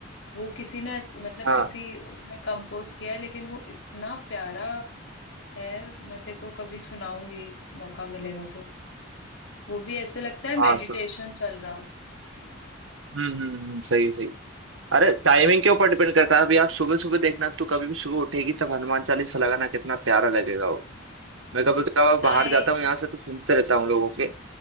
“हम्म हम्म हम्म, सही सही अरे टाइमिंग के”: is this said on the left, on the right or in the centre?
Right